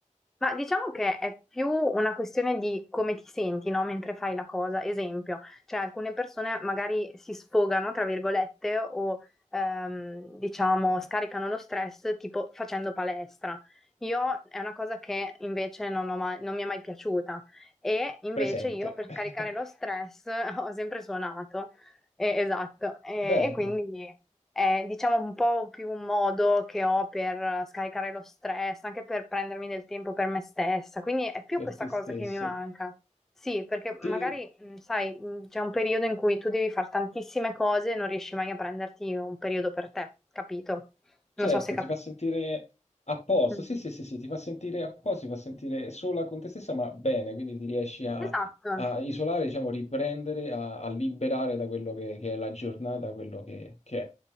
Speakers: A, in the centre; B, on the left.
A: Ma diciamo che è più una questione di come ti senti, no? Mentre fai la cosa. Esempio, cioè alcune persone magari si sfogano, tra virgolette, o ehm, diciamo scaricano lo stress tipo facendo palestra. Io è una cosa che invece non ho mai- non mi è mai piaciuta e invece
B: Presente.
A: io per scaricare
B: <laughs>
A: lo stress <laughs> ho sempre suonato. Eh, esatto, Eh,
B: Bello
A: e quindi è, diciamo, un po' più un modo che ho per scaricare lo stress, anche per prendermi del tempo per me stessa. Quindi è più
B: per
A: questa
B: te
A: cosa
B: stessa.
A: che mi manca. Sì, perché
B: Ti-
A: magari, mh, sai, mh, c'è un periodo in cui tu devi fare tantissime cose e non riesci mai a prenderti un periodo per te, capito? Non
B: Certo,
A: so se capisci.
B: ti fa sentire a posto,
A: Mm.
B: sì, sì, sì, sì, ti fa sentire a posto, ti fa sentire sola con te stessa, ma bene, quindi ti riesci a,
A: Esatto,
B: a isolare, diciamo, riprendere, a, a liberare da quello che, che è la giornata, quello che, che è,